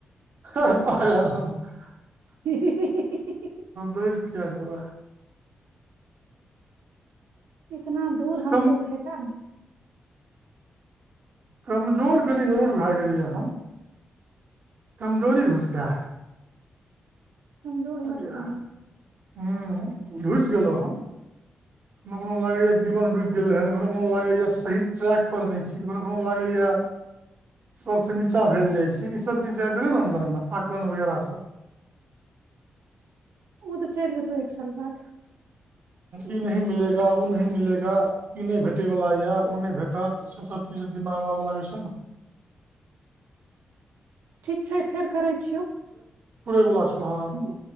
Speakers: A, on the right; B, on the right.
A: हेहे पागल <unintelligible>
B: हि हि हि हि हि हि <unintelligible>
A: दैर किया जेबै
B: इतना दूर हमको
A: कम
B: फेेका न
A: कमजोर कनि जरूर भए गेलियै हन कमजोरी घुस गया है
B: कमजोर
A: ह
B: मत बनो
A: घुसि गेलहु हँ कोनो कोनो लागैया जीवन रुकि गेलै हे कखनो कोनो लागैया सही ट्रैक पर नहि छी कखनो कोनो लागैए या सभसँ नीचाँ भेल जाइ छै ईसभ चीज जे आबि गेलै न अन्दरमे आकलन वगैरह सभ
B: <inaudible> ओ तऽ चलि जेतौ एक साल बाद
A: ई नही मिलेगा उ नही मिलेगा ई नहि भेटे वाला या ओ नहि भेटत से सब चीज मंगबाब लागै छै न
B: ठीक छै फेर करै छियौ
A: पूरे बला छौ हँ
B: हूँ